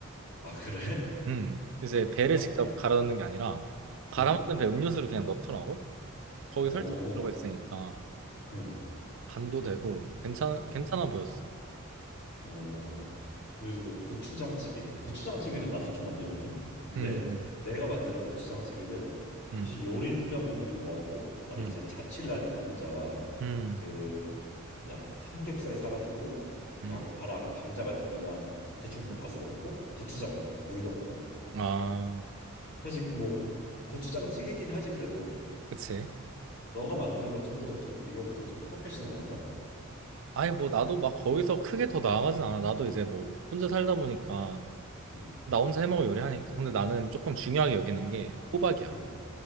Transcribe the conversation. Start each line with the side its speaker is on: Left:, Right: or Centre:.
Left: 아, 그래? <laughs>
Right: 음. 요새 배를
Left: 아,
Right: 직접
Left: 응.
Right: 갈아 넣는 게 아니라 갈아
Left: 응.
Right: 만든 배 음료수를 그냥 넣더라고. 거기
Left: 어.
Right: 설탕 들어가 있으니까
Left: 응.
Right: 간도 되고 괜찮
Left: 응.
Right: 괜찮아 보였어.
Left: 어, 그리고 고추장찌개. 고추장찌개는 나도 좀 만들거든. 근데
Right: 음.
Left: 내가 만드는 고추장찌개는
Right: 음.
Left: 사실 요리라고 보긴 뭐하고 나는
Right: 음.
Left: 이제 자취를 하니까 혼자
Right: 음.
Left: 그 그냥 삼겹살 사가지고
Right: 음.
Left: 양파랑 감자 같은 거 그냥 대충 볶아서
Right: 음.
Left: 넣고 고추장 넣고 물 넣고
Right: 아,
Left: 사실 그뭐 고추장찌개긴 하지 그래도
Right: 그치.
Left: 너가 만드는 건 좀 더 좀 이거보다 좀 프로페셔널한가?
Right: 아니, 뭐, 나도 막 거기서 크게 더 나아가진 않아. 나도 이제 뭐, 혼자 살다 보니까,
Left: 응.
Right: 나 혼자 해먹을 요리하니까. 근데 나는 조금 중요하게 여기는 게 호박이야.
Left: 응.